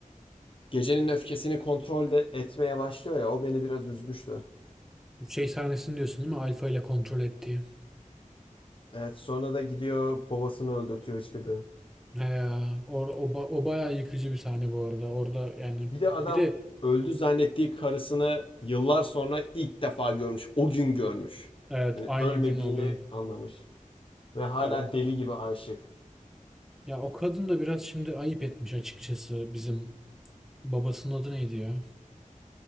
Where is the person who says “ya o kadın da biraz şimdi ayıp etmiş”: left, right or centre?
Centre